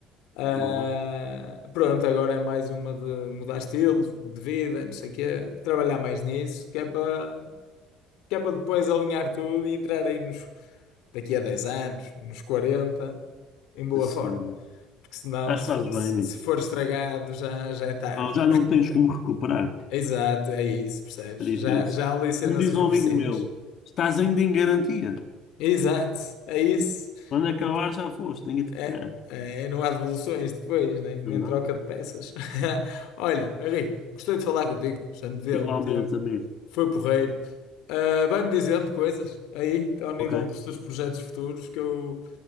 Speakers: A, on the left; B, on the left.
A: Ah,
B: Bom,
A: pronto, agora é mais uma de mudar estilos de vida, não sei o quê, trabalhar mais nisso, que é para que é para depois alinhar tudo e entrar aí nos, daqui a 10 anos, nos 40, em boa
B: assim,
A: forma. Porque senão,
B: acho
A: se
B: que
A: for,
B: fazes bem,
A: se
B: amigo.
A: se for estragado, já, já é tarde.
B: Ah, Já não tens como recuperar.
A: Exato, é isso, percebes?
B: É difícil.
A: Já, já há ali cenas
B: Como diz
A: irreversíveis.
B: um amigo meu, estás ainda em garantia.
A: Exato, é isso.
B: Quando acabar
A: Dep-
B: já foste, ninguém te
A: É,
B: quer.
A: é, não há devoluções depois, nem, nem
B: Mas não?
A: troca de peças. <laughs> Olha, Henrique, gostei de falar contigo, já me vi
B: Igualmente,
A: há algum tempo,
B: amigo.
A: foi porreiro. Ah, vai-me dizendo coisas aí, ao nível
B: Ok,
A: dos teus projetos futuros, que eu